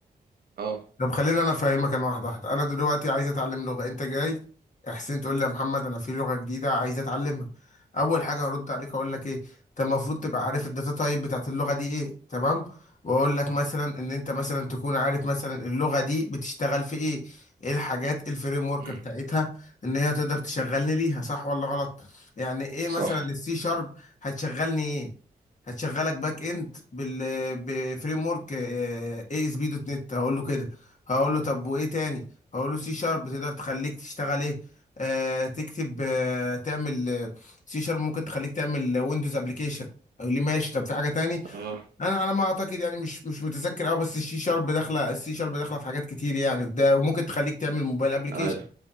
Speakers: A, on the right; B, on the left.
A: آه.
B: طب خليني انا افهمك انا واحده واحده انا دلوقتي عايز اتعلم لغه انت جاي يا حسين تقول لي يا محمد انا في لغه جديده عايز اتعلمها اول حاجه هرد عليك اقول لك ايه انت المفروض تبقى عارف الداتا تايب بتاعت اللغه دي ايه تمام واقول لك مثلا ان انت مثلا تكون عارف مثلا اللغه دي بتشتغل في ايه ايه الحاجات الفريم ورك
A: مم.
B: بتاعتها ان هي تقدر تشغلني ليها صح ولا غلط يعني ايه
A: صح
B: مثلا السي شارب هتشغلني ايه هتشغلك باك اند بال بفريم ورك اي اس بي دوت نت هقول له كده هقول له طب وايه تاني هقول له سي شارب تقدر تخليك تشتغل ايه آه تكتب آه تعمل سي شارب ممكن تخليك تعمل ويندوز ابلكيشن يقول لي ماشي طب في حاجه تاني
A: اه
B: انا على ما اعتقد يعني مش مش متذكر قوي بس السي شارب داخله السي شارب داخله في حاجات كتير يعني ده ممكن تخليك تعمل موبايل ابلكيشن
A: ايوه